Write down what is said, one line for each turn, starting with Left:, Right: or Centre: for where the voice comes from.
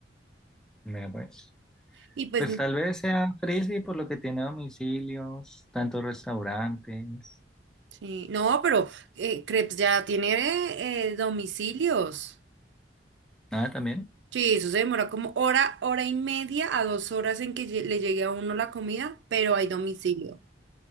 Centre: Me pues.
Right: y pues,
Centre: Pues tal vez sea frisbee por lo que tiene domicilios, tantos restaurantes.
Right: sí, no, pero eh, Crepes ya tiene eh, eh, domicilios.
Centre: Nada, también.
Right: Sí, eso se demora como hora, hora y media a dos horas en que lle- le llegue a uno la comida, pero hay domicilio.